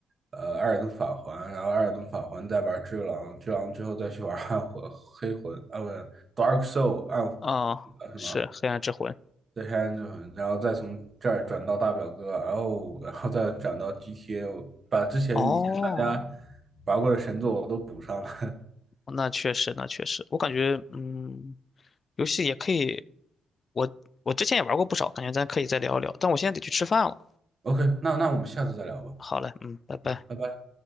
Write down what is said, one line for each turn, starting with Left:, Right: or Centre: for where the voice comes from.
Right: 呃艾尔登法环，然后艾尔登法环再玩只狼，只狼之后再去玩暗魂、<laughs> 黑魂啊，不是 Dark Soul 暗啊
Left: 啊、
Right: 什么
Left: 是《黑暗之魂》。
Right: 再黑暗之魂，然后再从这儿转到大表哥，然后然后再转到 GTA，把之前以前大家
Left: 哦，
Right: 玩过的神作我都补上了。
Left: 那确实，那确实，我感觉，嗯，游戏也可以，我我之前也玩过不少，感觉咱可以再聊一聊，但我现在得去吃饭了。
Right: <laughs> OK，那那我们下次再聊吧，
Left: 好嘞，嗯，拜拜。
Right: 嗯，拜拜。